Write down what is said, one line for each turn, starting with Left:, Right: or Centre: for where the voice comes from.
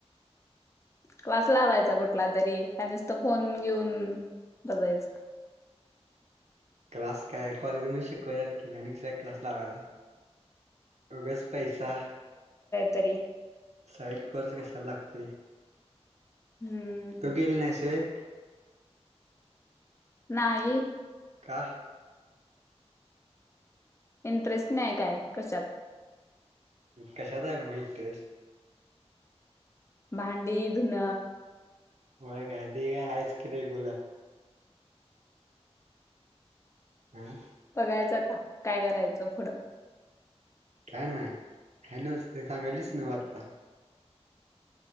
Left: क्लास लावायचा कुठला तरी का नुसत फोन घेऊन बजायचा
Right: <inaudible> क्लास काय कॉलेजमध्ये शिकवतात की आणि कशाला क्लास लावायला. उगाच पैसा
Left: तरी
Right: साईड कोर्स कशाला लागतोय.
Left: हम्म
Right: तू केले नाहीस व्हय.
Left: नाही.
Right: का
Left: इंटरेस्ट नाही काय कशात.
Right: कशात आहे म इंटरेस्ट.
Left: भांडी धुन.
Right: होय काय, ते काय हायेच कि रेगुलर. हम्म
Left: बघायचं का काय करायचं पुढं.
Right: काय नाही आहे न सांगालीच ना आता.